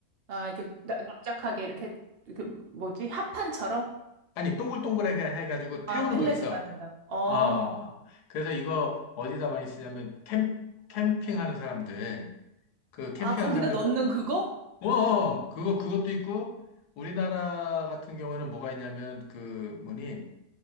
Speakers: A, on the right; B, on the left.
A: 아, 이렇게 나- 납작하게 이렇게, 그 뭐지? 합판처럼?
B: 아니, 동글동글하게 해가지고 태우는
A: 아, 펠렛을
B: 거 있어.
A: 만든다고. 어.
B: 어, 그래서 이거 어디다 많이 쓰냐면, 캠, 캠핑하는 사람들, 그 캠핑하는
A: 아, 거기다
B: 사람들,
A: 넣는 그거?
B: 어, 어, 어. 그거, 그것도 있고, 우리나라 같은 경우에는 뭐가 있냐면, 그, 뭐니,